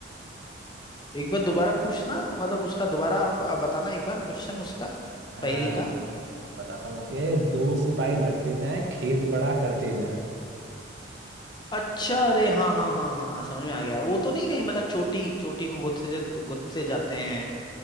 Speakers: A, on the left; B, on the right.
A: एक बार दोबारा पूछना मतलब उसका दोबारा आप आ, बताना एक बार क्वेश्चन उसका
B: हाँ
A: पहली का
B: बताता हूँ कि दो सिपाही लड़ते जाएं खेत बड़ा करते जाएं
A: अच्छा अरे हाँ हाँ हाँ हाँ समझ में आ गया वो तो नहीं कहीं मतलब चोटी चोटी को गुत्से से गुत्से जाते हैं